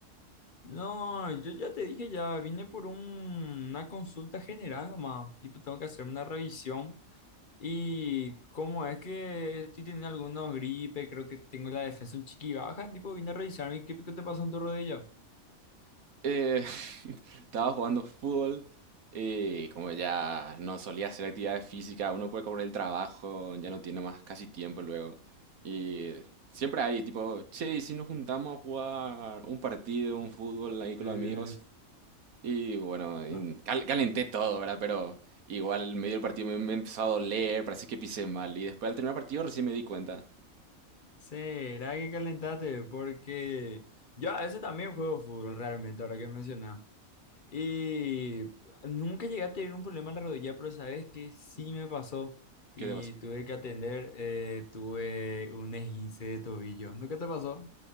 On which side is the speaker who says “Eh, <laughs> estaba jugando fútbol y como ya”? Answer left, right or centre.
Right